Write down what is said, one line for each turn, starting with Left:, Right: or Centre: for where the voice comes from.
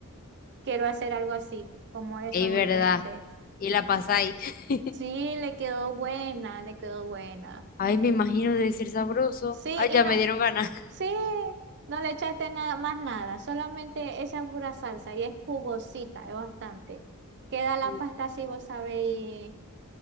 Right: quiero hacer algo así, como eso,
Left: Es
Right: algo
Left: verdad.
Right: diferente.
Left: Y la pasáis. <laughs>
Right: Sí, le quedó buena, le quedó buena.
Left: Ay, me imagino debe ser sabroso.
Right: Sí,
Left: Ay,
Right: y
Left: ya
Right: no,
Left: me dieron ganas.
Right: sí, no le echaste nada más nada, solamente esa pura salsa y es jugosita, es bastante. Queda la
Left: <laughs>
Right: pasta así, vos sabéis,